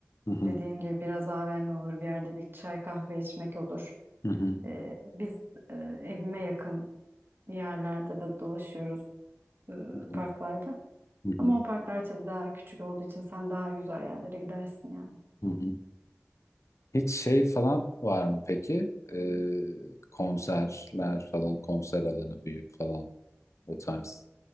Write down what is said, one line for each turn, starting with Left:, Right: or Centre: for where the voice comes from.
Left: hı hı,
Right: dediğim gibi biraz AVM olur bir yerde bir çay kahve içmek olur.
Left: hı hı,
Right: Ee, biz e, evime yakın yerlerde de dolaşıyoruz e,
Left: hı
Right: parklarda.
Left: hı,
Right: Ama o parklar tabii daha küçük olduğu için sen daha güzel yerlere gidersin yani.
Left: hı hı. Hiç şey falan var mı peki? Ee, konserler falan, konser alanı büyük falan o tarz.